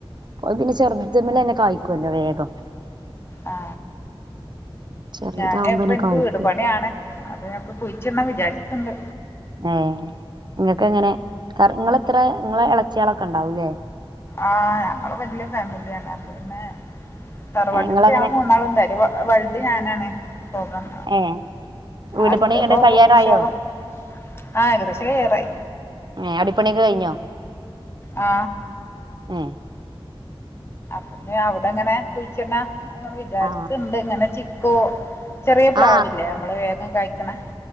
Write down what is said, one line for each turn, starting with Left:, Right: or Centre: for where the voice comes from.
Right: പോ പിന്നെ ചെർതുമ്മലന്നെ
Left: ആ
Right: കായ്ക്കുവല്ലോ വേഗം
Left: ആ
Right: ചെറിയതാവുമ്പോന്നെ
Left: ഞാന് ഇപ്പ എനിക്ക്
Right: കായ്ക്കും
Left: വീട് പണിയ ആണ് അപ്പൊഞാൻ കുഴിച്ചിട്ണം വിചാരിക്കണ്ട്
Right: ഏ നിങ്ങൾക്ക് എങ്ങനെ ക നിങ്ങ ഇത്ര നിങ്ങള ഇളച്ചിയാളൊക്കെ ഉണ്ടാവൂല്ലേ
Left: ആഹ് ഞങ്ങള് വല്യ ഫാമിലിയാണ് അത് പിന്നെ തറവാട്ടി
Right: നിങ്ങളങ്ങനെ
Left: ഞങ്ങൾ മൂന്നാൾ ഉണ്ടായി വ വഴി ത് ഞാനാണ് പോകാം
Right: ഏ വീട്
Left: അടുത്ത
Right: പണി ഇങ്ങട്ട്
Left: പോകും
Right: കയ്യാറായോ
Left: ഇൻ ശാ അല്ലാഹ് ആ ഏകദേശം കയ്യാറായി
Right: ഏ അടിപ്പണിയൊക്കെ കഴിഞ്ഞോ
Left: ആ
Right: എ
Left: അപിന്നെ അവിടെങ്ങനെ കുഴിച്ചണ അങ്ങനെ വിചാരിക്ണ്ട്
Right: ആ
Left: ഇങ്ങനെ ചിക്കു ചെറിയ പ്ലാവില്ലേ
Right: ആ
Left: നമ്മള് വേഗം കഴിക്കണെ